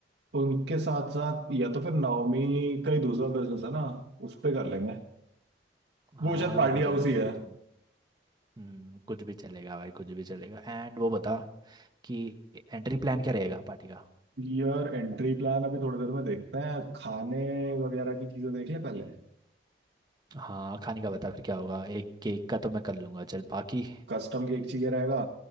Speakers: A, on the right; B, on the right.
A: उनके साथ साथ या तो फिर नवमी का ही दूसरा बिजनेस है ना उस पे कर लेंगे
B: हाँ
A: वो शायद पार्टी
B: गुड
A: हाउस
B: इनफ
A: ही है
B: कुछ भी हम्म कुछ भी चलेगा भाई कुछ भी चलेगा एंड वो बता कि एंट्री प्लान क्या रहेगा पार्टी का
A: यार एंट्री प्लान अभी थोड़ी देर में देखते हैं खाने वगैरह की चीजें देख ले पहले
B: हाँ खाने का बता फिर क्या होगा एक केक का तो मैं कर लूँगा चल बाकी
A: कस्टम केक चाहिए रहेगा